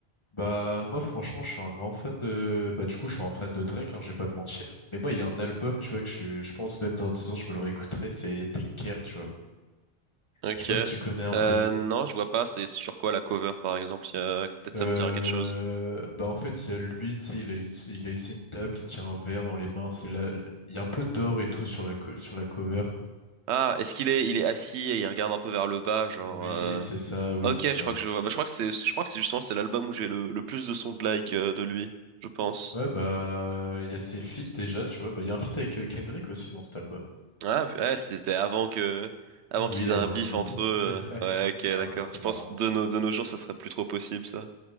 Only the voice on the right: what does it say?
Ok.
Euh,
non, je vois pas. C'est sur quoi la cover par exemple? Il y a- Peut-être
ça me dira quelque chose.
Ah, est-ce qu'il est, il est assis et il regarde un peu vers le bas, genre.
euh,
Ok,
je
crois que je vois. Bah, je crois que c'est, je crois que c'est justement c'est l'album où j'ai le, le plus de sons de like euh, de lui, je pense.
Ah, puis- ouais, c'était avant que, avant
qu'ils aient
un bif
entre eux.
euh. Ouais, ok,
d'accord.
Je
pense de nos, de nos jours, ça serait plus trop possible ça.